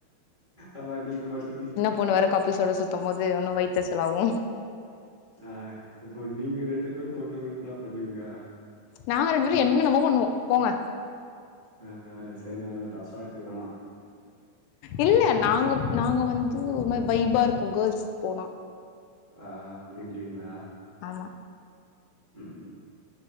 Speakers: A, on the right; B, on the left.
A: ஆமா நீங்க மட்டு நீ
B: பொணு வேற கப்பிள்ஸ் சோட சுத்தும் போது உன்னு வயித்தெர்ச்சலாவு
A: ஆ இப்போ நீங்க ரெண்டு பேரு போனா மட்டு இன்னா பண்ணுவீங்க
B: நாங்க ரெண்டு பேரு என்னென்னவோ பண்ணுவோ போங்க
A: ஆ சேரி நானு தப்பா இருக்க வேணா
B: இல்ல நாங்க நாங்க வந்து ஒரு மாரி வைப்பா இருக்கு கேர்ள்ஸ் போனா
A: ஆ அப்டின்றீங்ளா
B: ஆமா
A: ம்